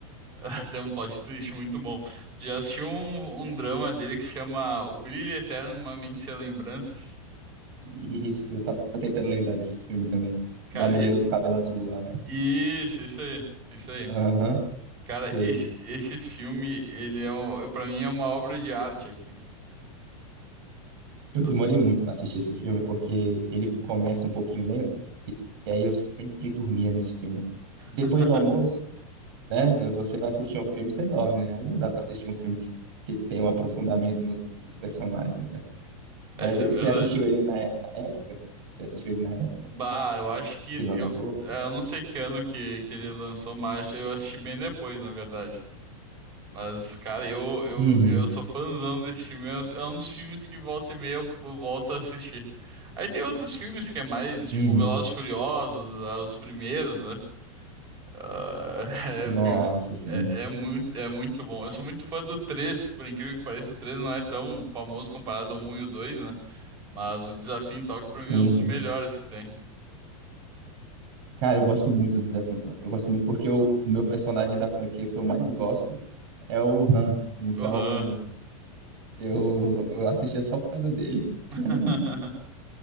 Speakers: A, on the right; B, on the right.
A: <laughs> Tem um plot twist muito bom. Tu já assistiu um, um drama dele que se chama O Brilho Eterno de Uma Mente Sem Lembranças?
B: Isso, eu tava tentando lembrar desse filme também.
A: Cara,
B: Da menina
A: e-
B: do cabelo azul lá, né?
A: isso, isso aí, isso aí.
B: Aham,
A: Cara,
B: sei.
A: esse, esse filme, ele é um, eu, pra mim é uma obra de arte aqui.
B: Eu
A: Eu-
B: demorei muito pra assistir esse filme, porque ele começa um pouquinho lento, E aí eu sempre dormia nesse filme. Depois
A: <laughs>
B: do almoço, né? Você vai assistir um filme, você dorme, né? Aí não dá pra assistir um filme que, que tem um aprofundamento nos personagens, né? Mas
A: É, isso
B: eh,
A: é verdade.
B: você assistiu ele na, é- na época? Você assistiu ele na época
A: Bah, eu acho que
B: que lançou?
A: eu, é, eu não sei que ano que, que ele lançou, mas eu assisti bem depois, na verdade. Mas, cara, eu, eu,
B: Uhum,
A: eu sou fãzão desse filme. É um é um dos filmes que volta e meia eu eu volto a assistir. Aí tem outros filmes que é mais, tipo,
B: uhum.
A: Velozes e Furiosos, é, os primeiros, né? Ah, <laughs> é,
B: Nossa,
A: fi-
B: sim.
A: é, é muito, é muito bom. Eu sou muito fã do 3, por incrível que pareça, o 3 não é tão famoso comparado ao um e o 2, né? Mas o Desafio em Tóquio, pra
B: Sim,
A: mim, é um dos
B: sim.
A: melhores que tem.
B: Cara, eu gosto muito do Desafio em Tóquio. Eu gosto muito porque o, o meu personagem da franquia que eu mais gosto é o Han. Então,
A: Aham.
B: eu, eu assistia só por causa dele.
A: <laughs>
B: <laughs>